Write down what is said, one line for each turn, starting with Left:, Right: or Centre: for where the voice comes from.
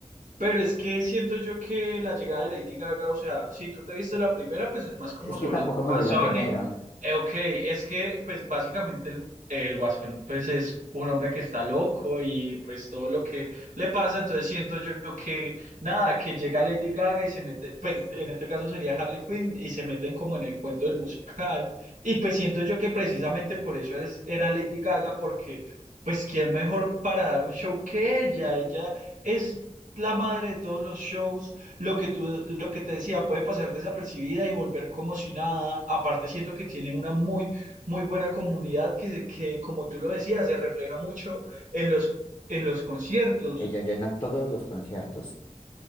Right: Pero es que siento yo que la llegada de Lady Gaga, o sea, si tú te viste la primera, pues es más como
Left: Es
Right: sobre
Left: que tampoco
Right: el Guasón
Left: me vi la primera.
Right: y, eh, ok, es que pues básicamente el, el Guasón pues es un hombre que está loco y pues todo lo que le pasa, entonces siento yo que nada, que llega Lady Gaga y se mete, pues en este caso sería Harley Quinn y se meten como en el cuento del musical y pues siento yo que precisamente por eso eres- era Lady Gaga porque... Pues, ¿quién mejor para dar un show que ella? Ella es la madre de todos los shows, lo que tú, lo que te decía, puede pasar desapercibida y volver como si nada. Aparte, siento que tiene una muy, muy buena comunidad que, se- que como tú lo decías, se refleja mucho en los, en los conciertos.
Left: Ella llena todos los conciertos.